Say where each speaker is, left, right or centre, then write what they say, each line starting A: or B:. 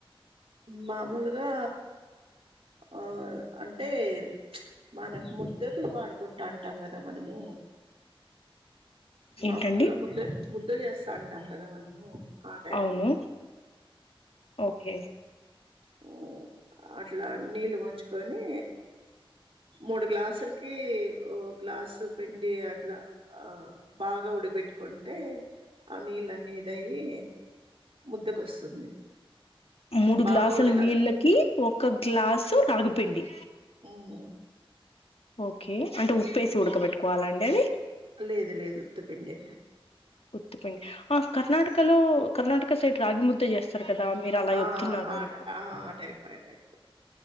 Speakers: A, on the right; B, on the left.
A: మామూలుగా ఆ అంటే మన ము ద్దకి వాడుకుంటంటాం కదా మనము మామూలుగా
B: ఏంటండి
A: ముద్ద ముద్ద చేస్తాంటాం కదా మనము ఆ టైప్
B: అవును
A: లో
B: ఓకే
A: ఉమ్ అట్లా నీళ్ళు వంచుకొని మూడు గ్లాసులకి ఓ గ్లాసు పిండి అట్లా ఆ బాగా ఉడకపెట్టు కుంటే ఆ నీళ్లన్నీ ఇదయ్యి ముద్దకొస్తుంది
B: మూడు
A: బాగా
B: గ్లాసుల
A: ఉడకాల
B: నీళ్ళకి ఒక గ్లాసు రాగిపిండి
A: ఉమ్మ్
B: ఓకే అంటే ఉప్పేసి ఉడకబెట్టుకోవాలాండి అది
A: లేదు లేదు ఉత్తిపిండే
B: ఉత్తిపిండి ఆ కర్ణాటకలో కర్ణాటక సైట్ రాగి ముద్ద చే స్తారు కదా మీరు అలా
A: ఆ
B: చెప్తున్నారండి
A: ఆ ట ఆ టైప్ ఆ టైప్